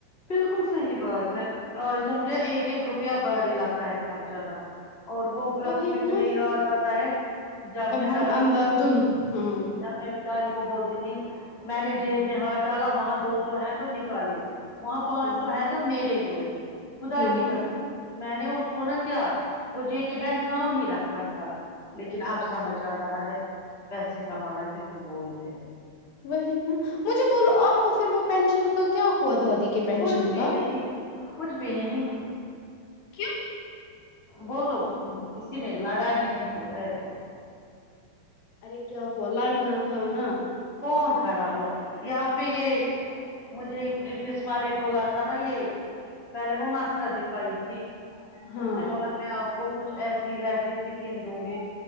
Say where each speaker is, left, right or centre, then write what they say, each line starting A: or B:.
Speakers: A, on the left; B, on the left.
A: بالکل صحیح بات ہے آج تو مجھے ایک ایک روپیہ بھاری لگتا ہے خرچ آنا اور وہ بھی وقت
B: وہی
A: بھی
B: نا
A: مجھے یاد آتا ہے جب میں
B: ہم
A: دادی
B: اندھا
A: کو
B: دھن ہاں
A: جب میں دادی کو بولتی تھی میں نے جیب میں ہاتھ ڈالا وہاں دو سو ہیں تو نکالے گی وہاں پانچ
B: ہاں
A: سو ہے تو میرے ہوئے خدا
B: ہاں
A: کی قسم میں نے اس کو نا کیا وہ جے کے بینک نام ہی رکھا تھا لیکن اب سمجھ آ رہا ہے پیسے کمانا کس کو بولتے ہیں
B: وہی نا مجھے بولو آپ کو پھر وہ پینشن کا کیا ہوا دادی کے پینشن
A: کچھ بھی
B: کا
A: نہیں کچھ بھی نہیں
B: کیوں
A: وہ تو کسی نے لڑا ہی نہیں ہو ایسے
B: ارے کیا ہوا لڑنا تھا نا
A: کون کھڑا ہوا یہاں پہ یہ مجھے بسوارے بولا تھا نا یہ پہلے وہ معاسرہ دکھائی تھی
B: ہاں
A: اس نے بولا میں آپ کو کچھ ایسی ویسی سکیم دوں گی